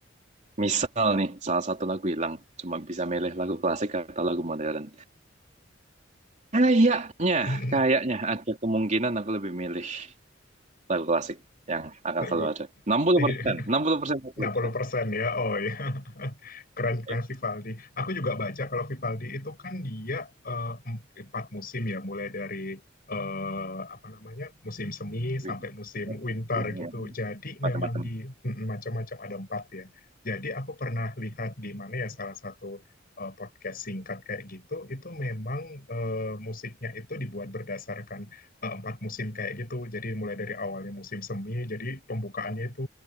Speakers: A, on the right (about 40°); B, on the left (about 50°).
A: misal nih salah satu lagu hilang cuma bisa milih lagu klasik atau lagu modern kayaknya
B: <laughs>
A: kayaknya ada kemungkinan aku lebih milih lagu klasik yang akan
B: nah,
A: selalu
B: gue
A: ada. enam enam puluh
B: eh,
A: puluh persen enam puluh persen enam puluh
B: enam
A: persen
B: puluh persen ya, oh ya. <laughs> Keren-keren
A: Ya,
B: Vivaldi. Aku juga baca kalau Vivaldi itu kan dia eh, em- empat musim ya, mulai dari eh, apa namanya musim semi sampai
A: win.
B: musim winter
A: Win,
B: gitu.
A: win.
B: Jadi
A: Macam-macam.
B: memang di mm, macam-macam ada empat ya. Jadi aku pernah lihat di mana ya salah satu eh, podcast singkat kayak gitu, itu memang eh, musiknya itu dibuat berdasarkan eh, empat musim kayak gitu. Jadi mulai dari awalnya musim semi, jadi pembukaannya itu